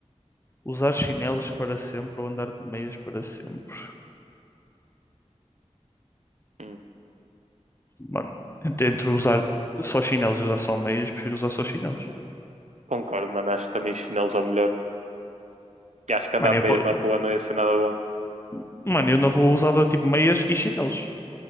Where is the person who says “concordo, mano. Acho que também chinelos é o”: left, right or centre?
Right